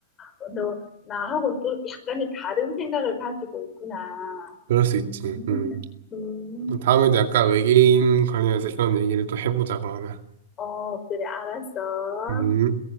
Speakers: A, on the left; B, on the right.
A: 아, 너 나하고 또 약간의 다른 생각을 가지고 있구나.
B: 그럴 수
A: 음,
B: 있지 음.
A: 음,
B: 또 다음에도 약간 외계인 관련해서 이런 얘기를 또 해보자 그러면
A: 어, 그래, 알았어.
B: 음